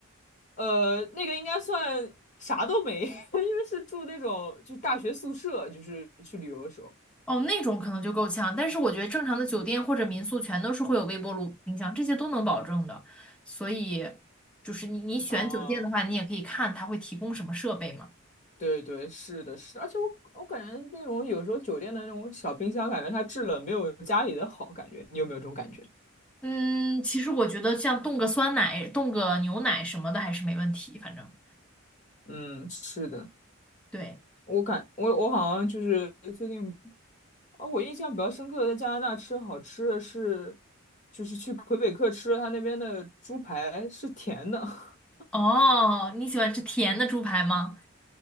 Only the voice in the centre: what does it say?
哦，那种可能就够呛，但是我觉得正常的酒店或者民宿全都是会有微波炉、冰箱，这些都能保证的。所以，就是你你选酒店的话，
你也可以看它会提供什么设备嘛。
嗯，其实我觉得像冻个酸奶、冻个牛奶什么的还是没问题，反正
对。
哦，你喜欢吃甜的猪排吗？